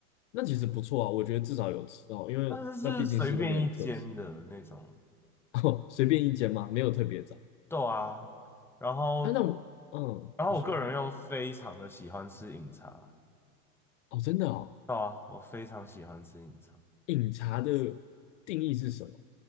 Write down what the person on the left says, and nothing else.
那其实不错啊，我觉得至少有吃到，因为那毕竟是那边的特色。
<laughs> 哦，随便一间嘛，没有特别找。
啊，那我，嗯，
你说，哦，真的哦，
饮茶的定义是什么？